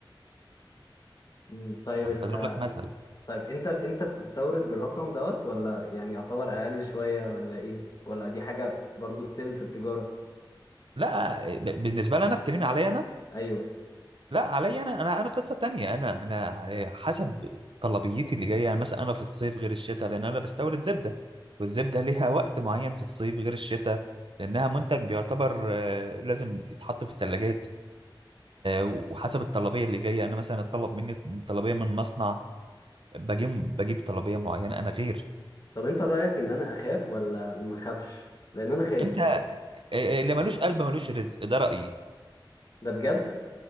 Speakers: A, on the left; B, on the right.
A: م. طيب
B: أنا
A: ال...
B: بضرب لك مثل
A: طيب انت انت بتستورد بالرقم دوت ولا يعني يعتبر اقل شوية ولا ايه ولا دي حاجة برضو ستيل في التجارة
B: لا ب... بالنسبة لي انا بكلمي عليا انا
A: ايوه
B: لا علي انا انا انا قصه تانية انا انا حسب طلبيتي اللي جايه يعني مثلا انا في الصيف غير الشتاء لان انا بستورد زبده والزبده ليها وقت معين في الصيف غير الشتاء لانها منتج بيعتبر آه، لازم يتحط في الثلاجات وحسب الطلبيه اللي جايه انا مثلا اتطلب مني طلبيه من مصنع بجيب بجيب طلبيه معينه انا غير
A: طب انت رأيك ان انا اخاف ولا مخافش لان انا خايف
B: انت
A: بصراحة
B: آه، آه، اللي ملوش قلب ملوش رزق ده رايي
A: ده بجد